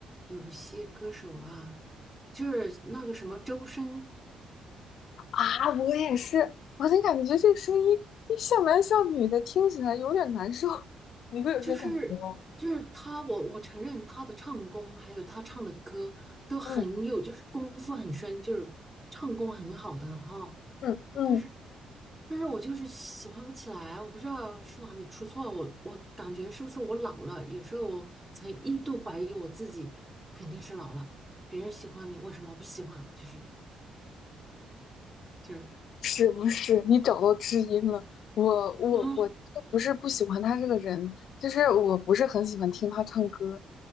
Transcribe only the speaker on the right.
有些歌手啊，就是那个什么周深，
就是就是他，我我承认他的唱功，还有他唱的歌都很有，
就是功夫很深，就是唱功很好的啊、
但是但是我就是喜欢不起来，我不知道是哪里出错了，我我感觉是不是我老了？有时候我曾一度怀疑我自己，肯定是老了。别人喜欢你，为什么不喜欢？就是就是，
嗯，